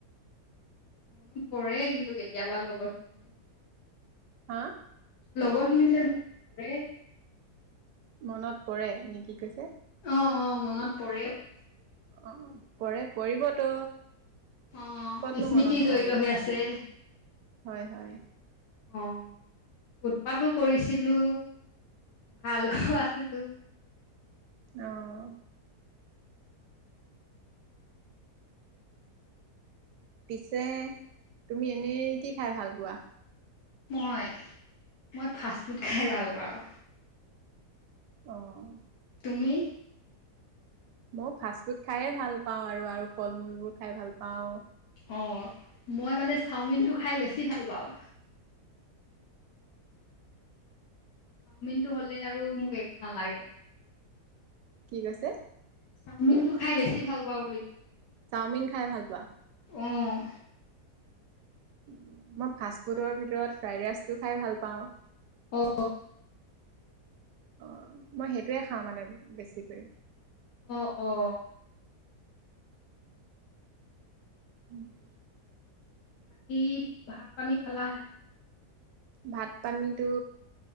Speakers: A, on the left; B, on the right.
A: মনত পৰে কিন্তু কেতিয়াবা লগত
B: হা
A: লগৰখিনি যে এই
B: মনত পৰে নে কি কৈছা?
A: অ' অ' মনত পৰে বুলি কৈছোঁ।
B: অ' পৰে পৰিবতো।
A: অ',
B: কতনো
A: স্মৃতি
B: মনত নপৰিব
A: জড়িত হৈ
B: হয়,
A: আছে।
B: হয়।
A: অ' উৎপাতোঁ কৰিছিলোঁ। ভালকৈ আছিলোঁ।
B: অহ' পিছে তুমি এনেই কি খাই ভাল পোৱা?
A: মই, মই ফাষ্ট ফুড খাই ভাল পাওঁ।
B: অহ'
A: তুমি?
B: মও ফাষ্ট ফুড খাইে ভাল পাওঁ আৰু আৰু ফল মূলবোৰ খাই ভাল পাওঁ।
A: অ' মই মানে চাওমিনটো খাই বেছি ভাল পাওঁ। চাওমিনতটো হ'লে আৰু মোক একো নালাগে।
B: কি কৈছে?
A: চাওমিন টো খাই বেছি ভাল পাওঁ বুলি কৈছো।
B: চাওমিন খাই ভাল পোৱা?
A: অ',
B: মই ফাষ্ট ফুডৰ ভিতৰত ফ্ৰাইড ৰাইচটো খাই ভাল পাওঁ।
A: অ।
B: অ মই সেইটোৱে খাওঁ মানে বেছিকৈ।
A: অ অ।
B: উম। <unintelligible>
A: বাকী ভাত পানী খালা নাই?
B: ভাত পানীটো